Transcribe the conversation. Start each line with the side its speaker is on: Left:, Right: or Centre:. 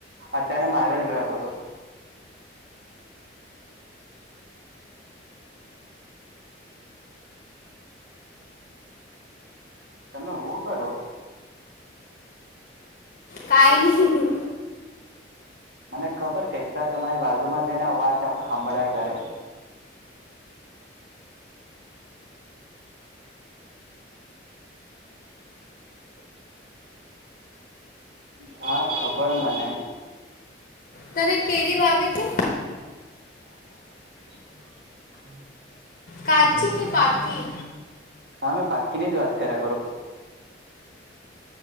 Right: અત્યારે માર્વેલ જોયા કરો. તમે હ કરો.
Left: કઈ નહી.
Right: મને ખબર કઈ તમારી બાજુમાં છેને વાત સાંભળાય કરે. હા ખબર મનેમ
Left: તને કેરી ભબે કે
Right: હમ
Left: કાચીની પાક પખી
Right: હા મેં પા કેની જ વાત કર્યા કરો